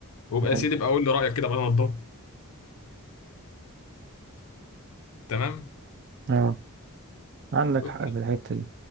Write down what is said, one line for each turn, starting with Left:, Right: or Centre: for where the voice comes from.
Left: وبقى يا
Right: أيوة
Left: سيدي بقى قول لي رايك كده بدل ما تضب تمام
Right: أه عندك
Left: اوكي.
Right: حق في الحتة دي